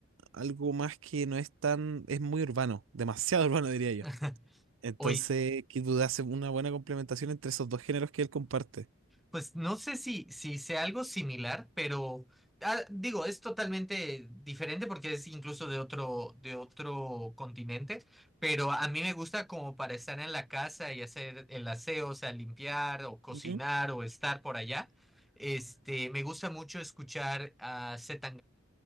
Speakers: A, on the right; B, in the centre.
A: algo más que no es tan, es muy urbano, demasiado <laughs> urbano diría yo.
B: <laughs>
A: Entonces,
B: Oye,
A: Kid Voodoo hace una buena complementación entre esos dos géneros que él comparte.
B: pues no sé si, si sea algo similar, pero ah, digo, es totalmente diferente porque es incluso de otro, de otro continente, pero a mí me gusta como para estar en la casa y hacer el aseo, o sea, limpiar o cocinar
A: Ujú.
B: o estar por allá. Este, me gusta mucho escuchar a C.